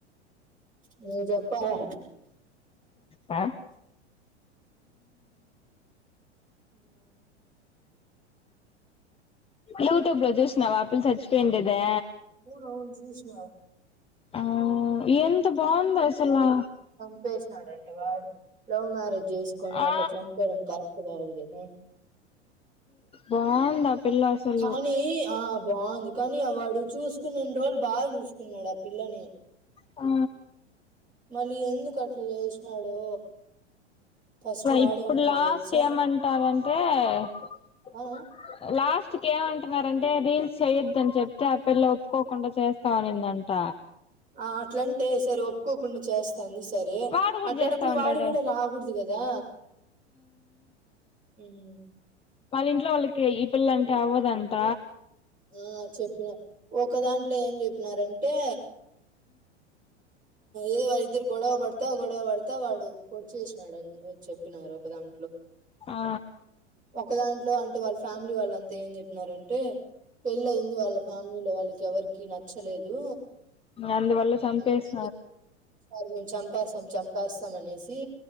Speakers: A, on the right (about 20°); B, on the left (about 15°).
A: నువ్వు చెప్పాలా
B: హ్మ్ యూట్యూబ్ లో చు చూసినవా ఆ పిల్ల చచ్చిపోయినదే
A: అవును అవును చుసిన
B: ఆ ఎంత బాగుందొ అసలా
A: చంపేసినాడు అంట వాడు లవ్ మ్యారేజ్ చేసుకొని
B: ఆ
A: అట్లా చంపడం కరెక్ట్ కాదు కదా
B: బాగుంది ఆ పిల్ల అసలు
A: కానీ ఆ బాగుంది కానీ వాడు చూసుకున్నన్ని రోజులు బాగా చూసుకున్నాడు ఆ పిల్లని
B: ఆ
A: మళ్ళీ ఎందుకు అట్లా చేసినాడో ఫస్ట్ వాడే
B: ఇప్పుడు
A: అంటా
B: లాస్ట్
A: తెలుసా
B: ఏమంటారంటే లాస్ట్
A: ఆ
B: లాస్ట్కి ఏమంటున్నారంటే రీల్స్ చెయొద్దుని చెప్తే ఆ పిల్ల ఒప్పుకోకుండా చేస్తామనిందంట
A: ఆ అట్లంటే సరే ఒప్పుకోకుండా చేస్తాంది సరే
B: వాడు కూడా
A: అట్లానప్పుడు
B: చేస్తా ఉంటాడే
A: వాడు కూడా రాకూడదు కదా హ్మ్
B: వాళ్ళ ఇంట్లో వాళ్ళకి ఈ పిల్లంటే అవ్వదంట
A: ఆ చెప్పిన ఒక దాంట్లో ఏం చెప్పినారంటే ఏదో వాళ్ళిద్దరు గొడవ పడతా గొడవ పడతా వాడు పొట్ చేసినాడని చెప్పినారు ఒకదాం
B: ఆ
A: ఒక దాంట్లో అంటే వాళ్ళ ఫ్యామిలీ వాళ్ళ అంతా ఏం చెప్పినారంటే పెళ్ళి అయింది వాళ్ళ ఫ్యామిలీలో వాళ్ళకి ఎవరికి నచ్చలేదు
B: అందువల్ల చంపేస్
A: అందుకే మేము చంపేస్తాం చంపేస్తాం అనేసి